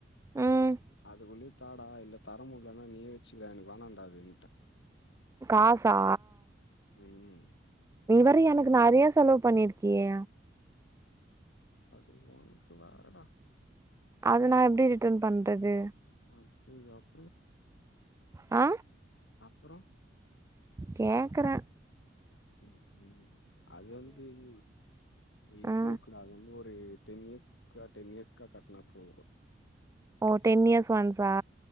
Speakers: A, on the right (about 15°); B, on the left (about 70°).
A: ம்
B: அதுக்குள்ளையு தாடா இல்ல தரமுல்லன்னா நீயே வச்சுக்க எனக்கு வேணாம்டா அப்டின்ட்ட
A: காசா
B: ம் ம்
A: நீ வேற எனக்கு நெறைய செலவு பண்ணிருக்கியே
B: அது உனக்கு வேறடா
A: அது நா எப்டி ரிட்டர்ன் பண்றது
B: ம் ஓ அப்றோ
A: அ
B: அப்புறோ
A: கேக்குற
B: ம் ம் அது வந்து இதுவு இதுவுக்
A: ஆ
B: கூட அது வந்து ஒரு டென் இயர்ஸ்க்கா டென் இயர்ஸ்க்கா கட்னா போது
A: ஓ டென் இயர்ஸ் ஒன்ஸா